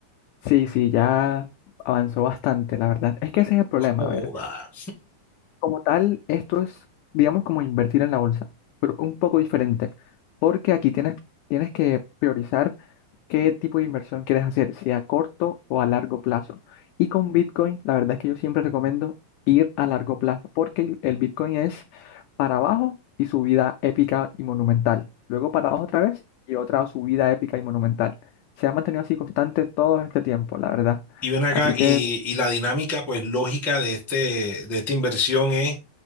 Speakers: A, on the left (about 85°); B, in the centre.
A: Sí, sí, ya avanzó bastante, la verdad. Es que ese es el problema,
B: Joda.
A: a ver. Como tal, esto es, digamos, como invertir en la bolsa, pero un poco diferente, porque aquí tienes, tienes que priorizar qué tipo de inversión quieres hacer, si a corto o a largo plazo. Y con Bitcoin, la verdad es que yo siempre recomiendo ir a largo plazo, porque el el Bitcoin es para abajo y subida épica y monumental. Luego para abajo otra vez y otra subida épica y monumental. Se ha mantenido así constante todo este tiempo, la verdad.
B: Y ven acá,
A: Así
B: y,
A: que...
B: y la dinámica pues lógica de este, de esta inversión es